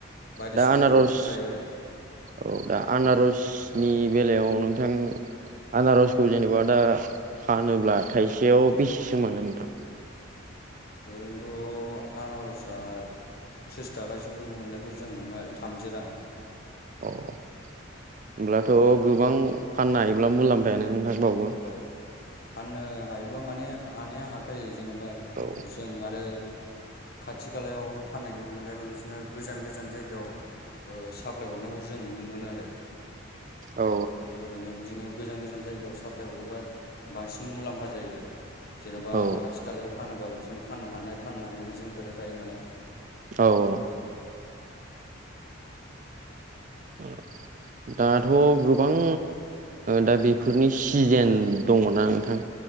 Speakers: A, on the left; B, on the right.
A: बायदिसिना
B: दा आनारस
A: एम्फौफोर जायो आरो
B: औ दा आनारसनि बेलायाव नोंथां आनारसखौ जेनेबा दा फानोब्ला थाइसेयाव बेसेसो मोनो नोंथां?
A: ओरैनोथ' आनारसआ थ्रिस थाखासो मोननायखौ जों मोननायखौ जोंनो मारै थामजि रां
B: अ होमब्लाथ' गोबां फाननो हायोब्ला मुलाम्फायानो नोंथांनावबो
A: औ फाननो हायोबा माने हानाया हाखायो जेनेबा
B: औ
A: जों आरो खाथि-खालायाव फाननायनि अनगायैबो बिदिनो गोजान गोजान जायगायाव साप्लाय हरनायखौ जों नुनो मोनो आरो
B: औ
A: आरो ओरैनो बिदिनो गोजान गोजान जायगायाव साप्लाइ हरोबा बांसिन मुलाम्फा जायो आरो जेन'बा
B: औ
A: खाथि खाथि खालायाव फानोबा बिदिनो फाननो हानाय फाननो हायो बिदिनो खोथा थायो नालाय।
B: औ-औ औ दाथ' गोबां दा बेफोरनि सिजेन दङना नोंथां।